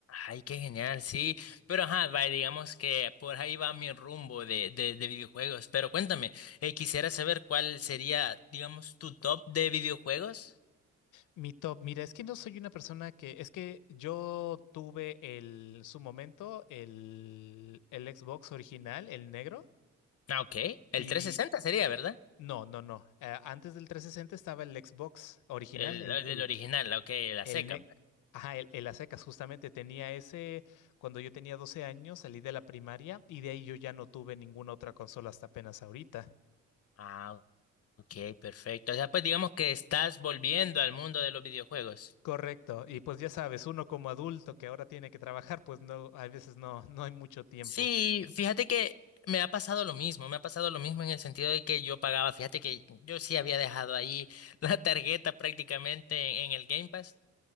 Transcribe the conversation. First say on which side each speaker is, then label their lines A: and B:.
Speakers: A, on the left; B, on the left.
A: Ay, qué genial, sí. Pero ajá, va, digamos que por ahí va mi rumbo de, de, de videojuegos. Pero cuéntame, eh, quisiera saber cuál sería, digamos, tu top de videojuegos.
B: Mi top, mira, es que no soy una persona que, es que yo tuve el, en su momento, el, el Xbox original, el negro,
A: Ah, ok. El
B: y
A: trescientos sesenta sería, ¿verdad?
B: no, no, no. eh, antes del 360 estaba el Xbox original,
A: El,
B: el,
A: el
B: el,
A: del original, ok, la
B: el
A: seca.
B: negro. Ajá, el, el a secas, justamente tenía ese, cuando yo tenía 12 años, salí de la primaria y de ahí yo ya no tuve ninguna otra consola hasta apenas ahorita.
A: Ah, ok, perfecto. O sea, pues digamos que estás volviendo al mundo de los videojuegos.
B: Correcto, y pues ya sabes, uno como adulto que ahora tiene que trabajar, pues no, a veces no, no hay mucho tiempo.
A: Sí, fíjate que me ha pasado lo mismo, me ha pasado lo mismo en el sentido de que yo pagaba, fíjate que yo sí había dejado ahí <laughs> la tarjeta prácticamente en el Game Pass.